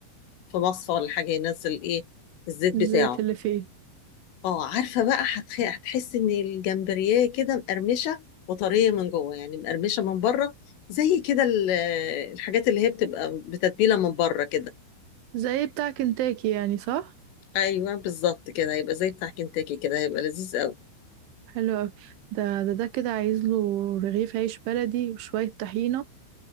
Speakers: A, on the left (about 80°); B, on the right (about 75°).
A: في مصفى ولا حاجه ينزل ايه الزيت
B: الزيت
A: بتاعه
B: اللي فيه
A: اه عارفة بقى هتخ... هتحس ان الجمبريه كده مقرمشة وطرية من جوه يعني مقرمشة من بره زي كده ال- الحاجات اللي هي بتبقى بتتبيلة من بره كده
B: زي بتاع كنتاكي يعني صح
A: ايوه بالظبط كده هيبقى زي بتاع كنتاكي كده هيبقى لذيذ قوي
B: حلو أوي. ده ده ده كده عايز له رغيف عيش بلدي وشوية طحينة